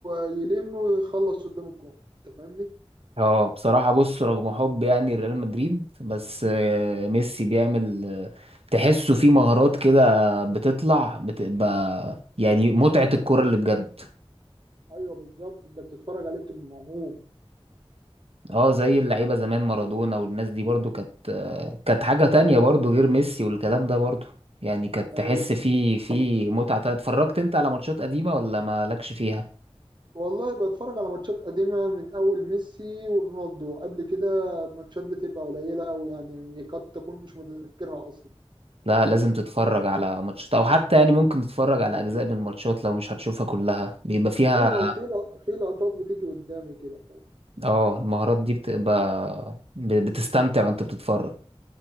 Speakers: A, on the right; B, on the right.
A: آه، يلم ويخلص قدام الجون انت فاهمني
B: اه بصراحة بص رغم حب يعني ريال مدريد بس آه، ميسي بيعمل آه، تحسه فيه مهارات كده بتطلع بتبقى يعني متعة الكرة اللي بجد
A: ايوه بالظبط انت بتتفرج عليه بتبقى موهوم
B: اه زي اللعيبة زمان مارادونا والناس دي برضو كانت آه، كانت حاجة تانية برضو غير ميسي والكلام ده برضو يعني كانت
A: ايوه
B: تحس فيه فيه متعة تانية اتفرجت انت على ماتشات قديمة ولا مالكش فيها؟
A: والله بتفرج على ماتشات قديمه من اول ميسي ورونالدو قبل كده ماتشات بتبقى قليله قوي يعني قد تكون مش متذكرها اصلا
B: لا
A: فاهم؟
B: لازم تتفرج على ماتشات او حتى يعني ممكن تتفرج على اجزاء من الماتشات لو مش هتشوفها كلها بيبقى فيها
A: ايوه في لق- في لقطات بتيجي قدامي كده فاهم
B: اه المهارات دي بتبقى ب- بتستمتع وانت بتتفرج